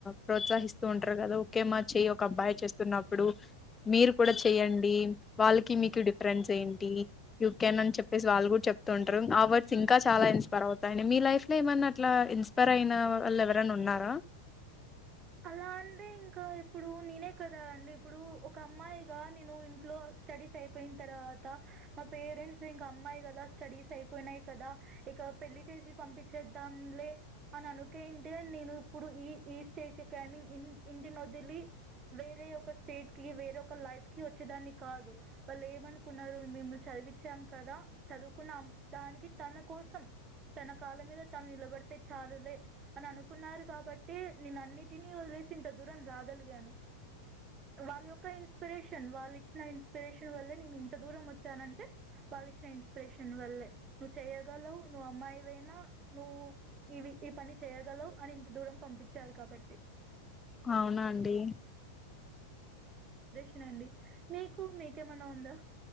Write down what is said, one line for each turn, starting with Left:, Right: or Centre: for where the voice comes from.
Left: ప్రోత్సహిస్తూ ఉంటారు కదా ఒకే మా చెయ ఒక అబ్బాయి చేస్తున్నప్పుడు మీరు కూడా చెయ్యడి వాళ్ళకి మీకు డిఫరెన్స్ ఏంటి యు కేన్ అని చెప్పేసి వాళ్ళ కూడా చెప్తుంటారు ఆ వర్డ్స్ ఇంకా చాలా ఇన్స్పైర్ అవుతాయి అండి మీ లైఫ్ కి ఏమన్నా అట్లా ఇన్స్పైర్ అయిన వాళ్ళు ఎవరన్న ఉన్నారా
Right: అలా అంటే ఇంకా ఇప్పుడు నేనే కదా అండి ఇప్పుడు ఒక అమ్మాయిగా నేను ఇంట్లో స్టడీస్ అయిపో పెయిన్ తర్వాత మా పేరెంట్స్ ఇంక అమ్మాయి కదా స్టడీస్ అయిపోయినయి కదా ఇక పెళ్ళి చే చేసి పంపిచేద్దాంలే అన్ అనుకే ఇంతే నేను ఇప్పుడు ఈ ఈ స్ తీస్ కామిన్ <unintelligible> ఇన్ ఇంటి నోదిలి వేరే ఒక స్టేట్ కి వేరే ఒక లైఫ్ కి వచ్చేదాన్ని కాదు వాళ్ళు ఏమనుకున్నారు మేము చ చద్ విచాం కదా చదువుకున్న దానికి తన కోసం తన కాల మీద తన్ నిల్ బడితే చాలులే అన్ అనుకున్నారు కాబట్టి నేన్ అన్నిటినీ వదిలేసి ఇంత దూరం రాగలిగాను వాళ్ళ యొక్క ఇన్స్ ప్రిరేషన్ వాల్ ఇచ్చిన ఇన్స్ ప్రిరేషన్ వల్లే నీ నిమ్ న ఇంత దూరం వచ్చానంటే వాల్ ఇచ్చిన ఇన్స్ ప్రేరేషన్ వల్లే నువ్వు చేయ్యగలవు నువ్వు అమ్మాయివయినా నువ్వు ఇవి ఈ పని చేయగలవు అని ఇంత దూరం పంపించారు కాబట్టి
Left: అవునా అండి
Right: తినండి మీకు మీకేమన్నా ఉందా